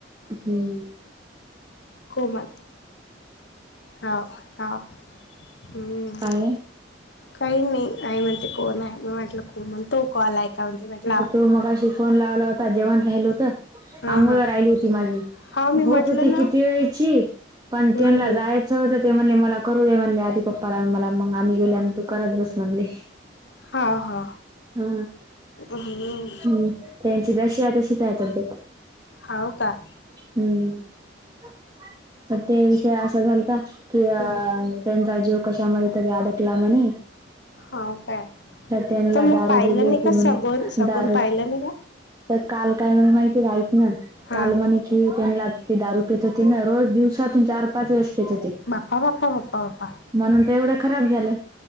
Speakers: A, on the right (about 20°); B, on the left (about 65°).
A: हम्म
B: कोमल हा हा हम्
A: <unintelligible>
B: काही नाही आई म्हणते कोण आहे मी म्हटलं को म्हणतो कॉल ऐका म्हणते म्हटला
A: मग फोन लावला होता जेवण राहिल होत अंघोळ
B: हा हा
A: राहिली होती माझी
B: हा मी
A: होत
B: म्हटलं
A: होती
B: ना
A: किती व पण
B: हम्म
A: त्यां
B: हम्म
A: जायच होतं ते म्हणले मला करू दे म्हणले आधीप्पाला मला मग आम्ही गेल्या आणि तू करत बस म्हणले
B: हाव हा
A: हा
B: हम्म
A: हम्म त्यांची जशी आहे तशीच आहे तब्बेत
B: हाव का
A: हम्म ते विषय असा झालता कि अ
B: हम्म
A: तेंत जीव कशा माध तरी अडकला म आणि
B: हो काय
A: त्यांला
B: तर मग
A: दारू
B: पाहिलं
A: दिली होती
B: नाही का
A: म्हणे
B: सगून सगून
A: दारू
B: पाहिलं नाही का
A: तर काल काय म्हणे माहिती राहत ना
B: हा
A: काल म्हणे कि त्यांना ते दारू पेत होती ना रोज दिवसातून चार पाच वेळेस पेत होते
B: बापा बापा बापा बापा
A: म्हणून ते एवढं खराब झालं